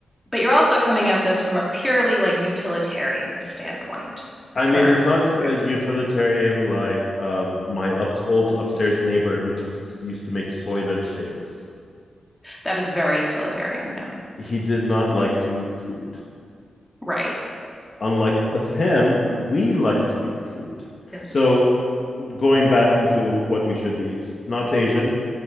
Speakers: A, in the centre; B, on the left (about 40°).
A: but you're also coming at this from a purely like utilitarian standpoint
B: I
A: for
B: mean, it's not uh,
A: food.
B: utilitarian like um, my up- old upstairs neighbor who just used to make Soylent shakes.
A: That is very utilitarian. Yeah.
B: He did not like to eat food.
A: Right.
B: Unlike uh, him, we like to eat food.
A: Yes,
B: So,
A: we do.
B: going back into what we should eat, not Asian.